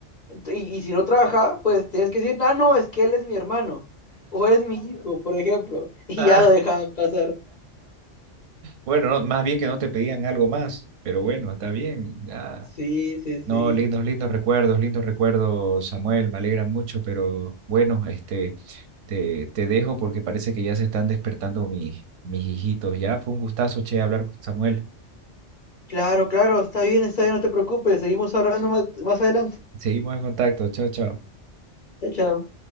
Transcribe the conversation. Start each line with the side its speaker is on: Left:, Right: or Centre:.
Left: Ento- Y, y si no trabaja, pues tienes que decir, ah, no, es que él es mi hermano o es mi hijo, por ejemplo, <laughs> y
Right: <laughs>
Left: ya lo dejaban pasar.
Right: Bueno, no, más bien que no te pedían algo más, pero bueno, está bien. Ah,
Left: Sí, sí, sí.
Right: No, lindos, lindos recuerdos, lindos recuerdos, Samuel, me alegra mucho, pero bueno, este, te, te dejo porque parece que ya se están despertando mis, mis hijitos. Ya fue un gustazo, che, hablar con Samuel.
Left: Claro, claro, está bien, está bien, no te preocupes, seguimos hablando más, más adelante.
Right: Seguimos en contacto, chao, chao.
Left: Chao, chao.